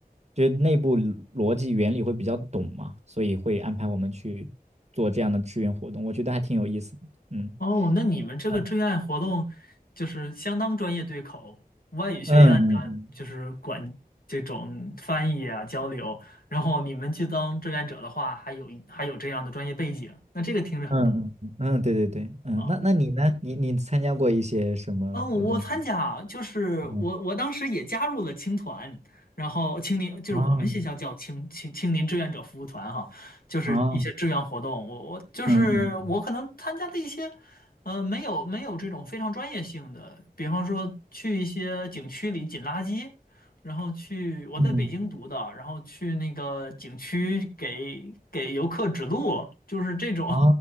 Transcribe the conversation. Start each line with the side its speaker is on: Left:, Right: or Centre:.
Right: 就是内部逻辑原理会比较懂嘛，所以会安排我们去做这样的志愿活动，我觉得还挺有意思的。嗯
Left: 哦，那你们这个志愿活动就是相当专业对口，
Right: 嗯
Left: 外语学院的就是管这种翻译啊交流，
Right: 嗯嗯
Left: 然后你们去当志愿者的话，还有一还有这样的专业背景，那这个听着很棒
Right: 嗯嗯，嗯，对对对，嗯，
Left: 啊！
Right: 那那你呢？
Left: 我
Right: 你你参加过一些什么活动？
Left: 嗯，我参加啊，就是我我当时也加入了青团，
Right: 嗯
Left: 然后青年就是我们学校叫青青青年志愿者服务团哈，
Right: 啊
Left: 就是一些志愿活动。
Right: 啊
Left: 我我就是我可能参加的一些，
Right: 嗯嗯
Left: 呃，没有没有这种非常专业性的，比方说去一些景区里捡垃圾，然后去我在北京读的，
Right: 嗯
Left: 然后去那个景区给给游客指路，就是这种，
Right: 啊